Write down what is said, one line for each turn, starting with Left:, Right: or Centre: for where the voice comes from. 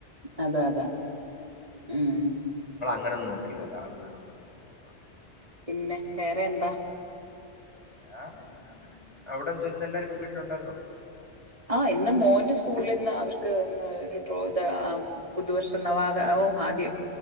Right: അതാ അതാ ഉം
Left: അങ്ങനൊന്നും നോക്കിയില്ല ഒരാളു വേണം അതേ ഉള്ളൂ
Right: പിന്നെ വേറെന്താ
Left: വേറെ അങ്ങനെ അവിടെ എന്ത ഇന്ന് എല്ലാരും വീട്ടിലുണ്ടായിരുന്നോ
Right: ആഹ് ഇന്ന് മോന്റെ സ്കൂളിൽ ഇന്ന് അവർക്ക് ഇന്ന് ഒരു ഡ്രോ ഇത് ആ പുതുവർഷം നവാകോ ആദ്യം